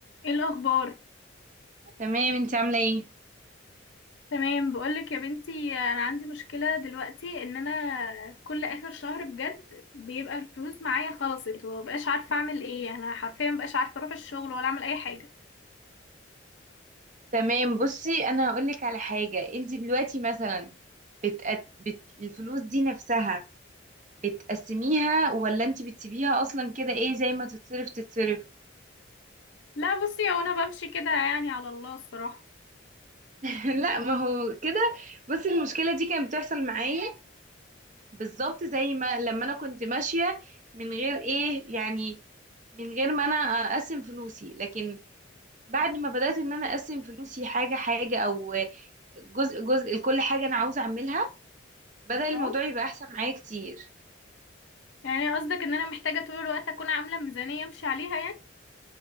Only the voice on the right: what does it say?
تمام انت عامله ايه
تمام بصي انا هقول لك على حاجه انت دلوقتي مثلا بتقت... بت... الفلوس دي نفسها بتقسميها ولا انت بتسيبيها اصلا كده ايه زي ما تتصرف تتصرف
<laughs> لا ما هو كده بصي المشكله دي كانت بتحصل معايا بالظبط زي ما لما انا كنت ماشيه من غير ايه يعني من غير ما انا اقسم فلوسي لكن بعد ما بدات ان انا اقسم فلوسي حاجه حاجه او جزء جزء لكل حاجه انا عاوزه اعملها بدأ الموضوع
يبقى احسن معايا كتير